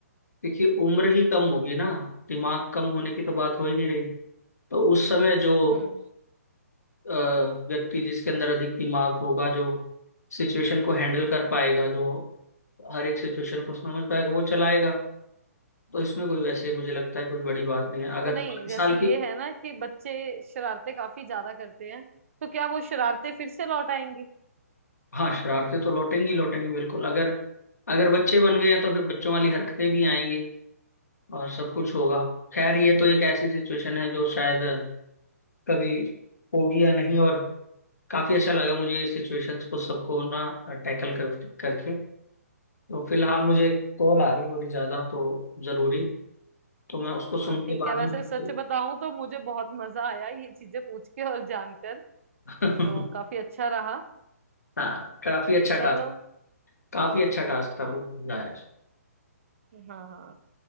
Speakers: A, on the left; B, on the right.
A: क्योंकि उम्र ही कम होगी ना दिमाग कम होने की तो बात हो ही नहीं रही तो उस समय जो
B: हम्म
A: अ, व्यक्ति जिसके अंदर अधिक दिमाग होगा जो सिचुएशन को हैंडल कर पाएगा जो हर एक सिचुएशन को समझ पाएगा वो चलाएगा तो इसमें कोई वैसे मुझे लगता है कोई बड़ी बात नहीं है अगर
B: तो नहीं
A: पाँच
B: जैसे
A: साल की
B: ये है ना कि बच्चे शरारतें काफी ज्यादा करते हैं तो क्या वो शरारतें फिर से लौट आएंगी
A: हाँ शरारतें तो लौटेंगी लौटेंगी बिल्कुल अगर अगर बच्चे बन गए हैं तो फिर बच्चों वाली हरकतें भी आएंगी और सब कुछ होगा खैर ये तो एक ऐसी सिचुएशन है जो शायद कभी होगी या नहीं और काफी अच्छा लगा मुझे ये सिचुएशंस को सबको ना टैकल कर करके तो फिलहाल मुझे एक कॉल आ रही है बड़ी ज्यादा तो जरूरी तो मैं उसको सुन
B: हाँ ठीक
A: के बाद
B: है वैसे
A: में
B: सच बताऊं तो मुझे बहुत मजा आया ये चीजें पूछ के और जानकर
A: <laughs>
B: तो काफी अच्छा रहा
A: हाँ काफी अच्छा
B: चलो
A: टास्क काफी अच्छा टास्क था
B: हाँ
A: बुक हो जाए।
B: हाँ हाँ